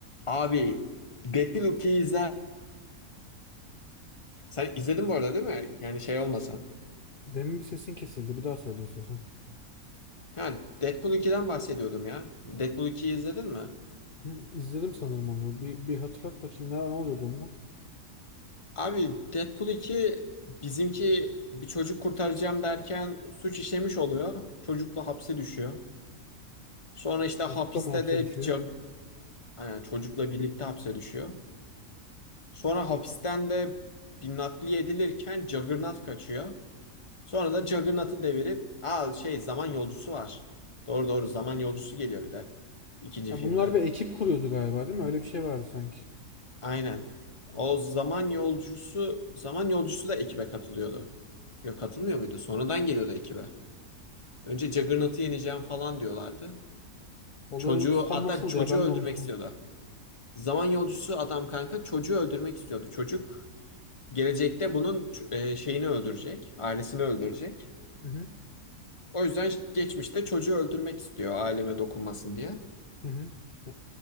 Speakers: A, on the left; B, on the left.
A: Abi Deadpool 2'yi izler. Sen izledin bu arada değil mi? Yani şey olmasın.
B: Demin bir sesin kesildi. Bir daha söyle istiyorsan.
A: Ha, Deadpool 2'den bahsediyordum ya. Deadpool 2'yi izledin mi?
B: Hı, izledim sanırım onu. Bir, bir hatırlat bakayım ne, ne oluyordu onda.
A: Abi Deadpool 2 bizimki bir çocuk kurtaracağım derken suç işlemiş oluyor. Çocukla hapse düşüyor. Sonra işte
B: Çocukla
A: hapiste
B: mı hapse
A: de
B: düşüyor?
A: bir cag- yani çocukla birlikte hapse düşüyor. Sonra hapisten de bir nakliye edilirken Juggernaut kaçıyor. Sonra da Juggernaut'u devirip aa şey zaman yolcusu var. Doğru doğru zaman yolcusu geliyor bir de ikinci
B: Ya
A: filmde.
B: bunlar bir ekip kuruyordu galiba değil mi? Öyle bir şey vardı sanki.
A: Aynen. O zaman yolcusu zaman yolcusu da ekibe katılıyordu. Yok katılmıyor muydu? Sonradan geliyordu ekibe. Önce Juggernaut'u yeneceğim falan diyorlardı.
B: Olay
A: Çocuğu
B: örgüsü tam
A: hatta
B: nasıldı
A: çocuğu
B: ya ben
A: öldürmek
B: de unuttum.
A: istiyordu. Zaman yolcusu adam kanka çocuğu öldürmek istiyordu. Çocuk gelecekte bunun ç- e, şeyini öldürecek, ailesini öldürecek.
B: Hı hı.
A: O yüzden geçmişte çocuğu öldürmek istiyor aileme dokunmasın diye.
B: Hı hı. Ya,